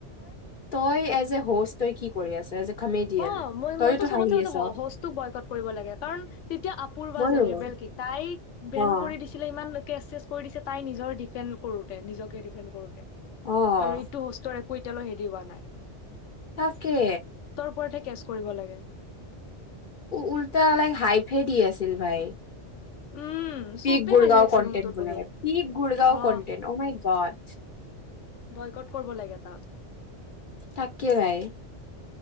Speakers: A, on the left (about 50°); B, on the left (about 80°).
A: তই এজ এ হো তই কি কৰি আছ এ কমেডিয়ান
B: অ মই
A: তইয়োতো
B: মইতো চবতে
A: হাঁহি
B: স
A: আছ
B: সজোক বয়কত কৰিব লাগে কাৰণ তেতিয়া আপুৰ বা
A: ময়ো
B: জেৰেবেল কি তাই বেন
A: অ'
B: কৰি দিছে। ছিলে ইমান লোকে এেছ কৰি দিছে তাই নিজৰ ডিফেণ্ড কৰোতে নিজকে ডিফেণ্ড কৰোতে
A: অ'
B: আৰু এইটো হষ্টৰ কইতালৈ হেৰিওৱোৱা নাই
A: তাকে
B: উপৰতে কেচ কৰিব লাগে
A: উল্টা ল হাই ফেড দি আছিল। ভাই
B: উম
A: পিক
B: চবে
A: গুডগাঁও
B: হাঁহি আছে
A: কনটেট
B: ৰুমটোত
A: বুলি
B: বহি
A: পিক গুডগাঁও
B: অ
A: content O my god
B: boycott কৰিব লাগে তাক
A: তাকিয় ভাই